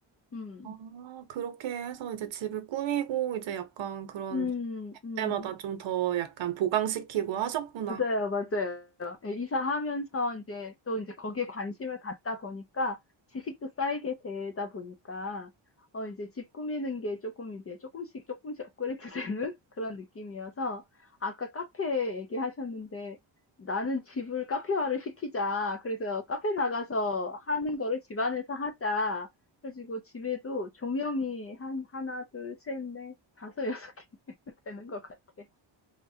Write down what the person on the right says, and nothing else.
아, 그렇게 해서 이제 집을 꾸미고 이제 약간 그런
때마다 좀 더 약간 보강시키고 하셨구나.